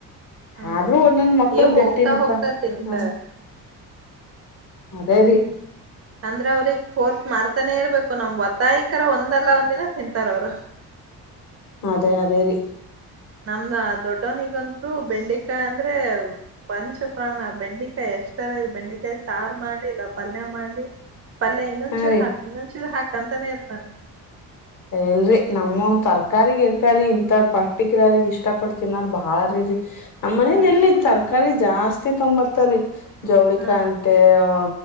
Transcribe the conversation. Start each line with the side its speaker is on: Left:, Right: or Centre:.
Right: ಹಾ
Left: ಆದ್ರೂ ಒಂದೊಂದ್ ಮಕ್ಳು
Right: ಏ ಹೋಗ್ತಾ
Left: ಗಟ್ಟಿರಿಪಾ
Right: ಹೋಗ್ತಾ ತಿಂತಾರೆ
Left: ನಮ. ಅದೇ ರೀ.
Right: ಅಂದ್ರೆ ಅವ್ರಿಗೆಗ್ ಫೋರ್ತ್ ಮಾಡ್ತಾನೆ ಇರ್ಬೇಕು ನಮ್ ಒತ್ತಾಯಕರ ಒಂದಲ್ಲ ಒಂದಿನ ತಿಂತಾರ ಅವರು.
Left: ಅದೇ ಅದೇ ರೀ.
Right: ನಮ್ದ ದೊಡ್ಡವನಿಗಂತರು ಬೆಂಡೆಕಾಯಿ ಅಂದ್ರೆ. ವಂಶಪ್ರಾಣ ಬೆಂಡಿಕಾಯ ಎಷ್ಟರೇ ಬೆಂಡಿಕಾಯ ಸಾರ್ು ಮಾಡ್ಲಿಲ್ಲ ಪಲ್ಯ ಮಾಡ್ಲಿ. ಪಲ್ಯ ಇನ್ನೊಂಚೂರು
Left: ಹಾ ರೀ
Right: ಹಾಕ್ ಇನ್ನೊಂಚೂರು ಹಾಕ್ ಅಂತಾನೇ ಇರ್ತಾನೆ
Left: ಎಲ್ರಿ ನಮ್ಮ ತರ್ಕಾರಿರ್ಕಾರಿ ಇಂತ ಪರ್ಟಿಕ್ಯುಲರ್ ಆಗಿ ಇಷ್ಟ ಪಡ್ತೀನ ಬಾಳ ರೀ ಅ ನಮ್ಮ ಮನೇಲಿ
Right: ಹಾ
Left: ಎಲ್ಲಿ ತರಕಾರಿ ಜಾಸ್ತಿ ತೊಂಬರ್ತಾರಿ ಜವಳಿಿಕಾಯ
Right: ಹಾ
Left: ಅಂತೆ ಆ